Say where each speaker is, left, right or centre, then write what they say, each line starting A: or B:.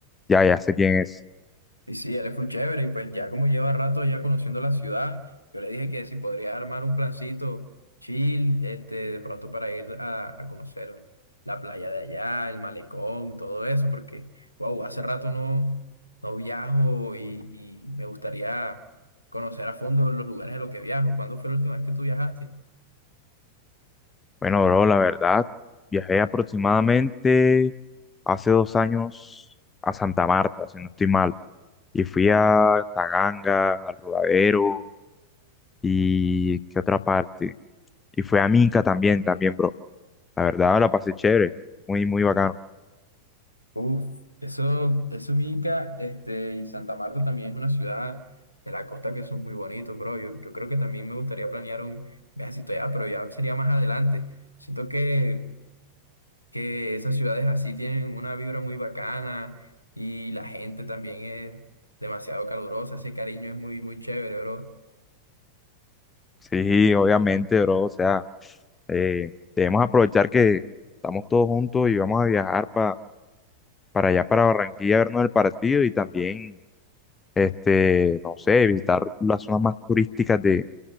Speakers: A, on the left; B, on the left.
A: ya, ya sé quién es.
B: Y sí, él es full chévere y pues ya como lleva rato ya conociendo la ciudad, yo le dije que si podría armar un plancito chill, este, de pronto para ir a, a conocer la playa de allá, el malecón, todo eso, porque, wow, hace rato no, no viajo y, y me gustaría conocer a fondo los lugares de los que viajo. ¿Cuándo fue la última vez que tú viajaste?
A: Bueno, bro, la verdad, viajé aproximadamente hace dos años a Santa Marta, si no estoy mal Y fui a Taganga, al Rodadero y qué otra parte. Y fui a Minca también, también, bro. La verdad la pasé chévere, muy, muy bacano.
B: Uf, eso, eso es Inca, este, y Santa Marta también es una ciudad de la costa que son muy bonitos, bro. Yo, yo creo que también me gustaría planear un viajecito allá, pero ya sería más adelante. Siento que, que esas ciudades así tienen una vibra muy bacana y la gente también es demasiado calurosa, ese cariño es muy, muy chévere, bro.
A: Sí, obviamente, bro. O sea, eh, debemos aprovechar que estamos todos juntos y vamos a viajar pa- para allá, para Barranquilla, a vernos el partido y también, este, no sé, visitar las zonas más turísticas de,